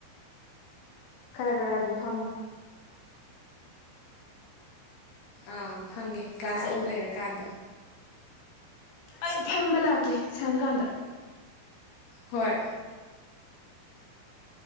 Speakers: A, on the left (about 85°); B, on the left (about 65°).
A: ꯈꯔ ꯈꯔꯖꯨ ꯐꯝꯃꯨ
B: ꯑꯥ ꯐꯝꯒꯦ ꯀ꯭ꯂꯥꯁ
A: ꯑꯩ
B: ꯑꯣꯞ ꯂꯩꯔꯀꯥꯟꯗ
A: ꯑꯩ ꯐꯝꯕ ꯂꯥꯛꯀꯦ ꯁꯪ ꯀꯥꯟꯗ
B: ꯍꯣꯏ